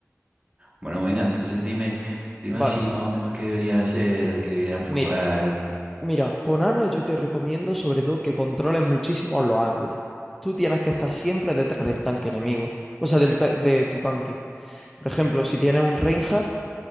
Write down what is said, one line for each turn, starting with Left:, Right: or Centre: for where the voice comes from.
Right: Bueno, venga, entonces dime, dime
Centre: Vale,
Right: así más o menos qué debería hacer, qué debería mejorar.
Centre: mira, mira, con Ana yo te recomiendo sobre todo que controles muchísimo los ángulos. Tú tienes que estar siempre detrás del tanque enemigo, o sea, del ta- de tu tanque. Por ejemplo, si tienes un Reinhardt,